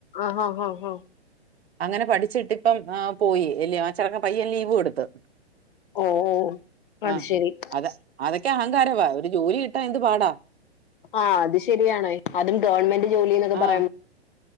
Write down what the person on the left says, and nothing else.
ആഹ് ആഹ് ആഹ്
ഓ ഓ അത്
ശരി
ആഹ് അത് ശരിയാണേ അതും ഗവൺമെന്റ് ജോലിന്നൊക്കെ
പറ